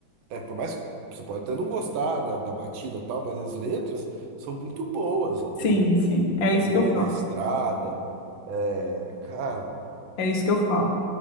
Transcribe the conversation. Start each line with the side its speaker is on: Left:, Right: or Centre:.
Right: É, por mais que você pode até não gostar da, da batida e tal, mas as letras são muito boas, entendeu?
Left: Sim, sim. É
Right: Pega
Left: isso
Right: um
Left: que
Right: Homem
Left: eu falo.
Right: da Estrada, é, cara,
Left: É isso que eu falo.